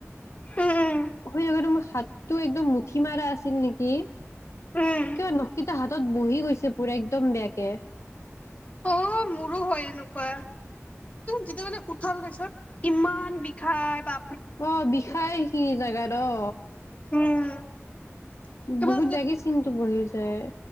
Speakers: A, on the left; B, on the left.
A: উম,
B: শুই শুইটো মোৰ হাতটো একদম মুঠি মাৰা আছিল নেকি?
A: উম,
B: কিয়নো কেইটা হাতত বহি গৈছে পুৰা একদম বেয়াকে
A: অ' মোৰো হয় এনেকুৱা যিটো মানে উঠাৰ পাছত ইমান বিষাই বা
B: অ বিষাই সেইখিনি জেগাত অ
A: উম কিবা
B: বহুত বেয়াকে চিনটো বহি যায়